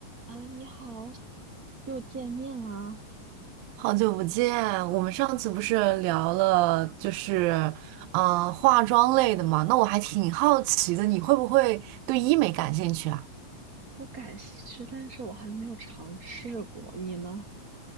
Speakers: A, on the right; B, on the right.
A: 啊，你好，又见面啦！
B: 好久不见，我们上次不是聊了，就是嗯、呃化妆类的嘛？那我还挺好奇的，你会不会对医美感兴趣啊？
A: 我感兴趣，但是我还没有尝试过。你呢？